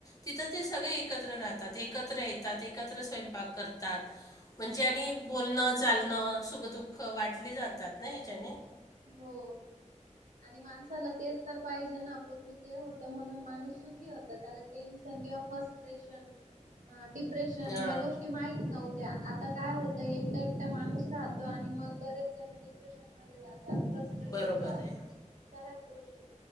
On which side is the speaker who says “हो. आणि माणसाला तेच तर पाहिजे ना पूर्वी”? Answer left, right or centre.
Right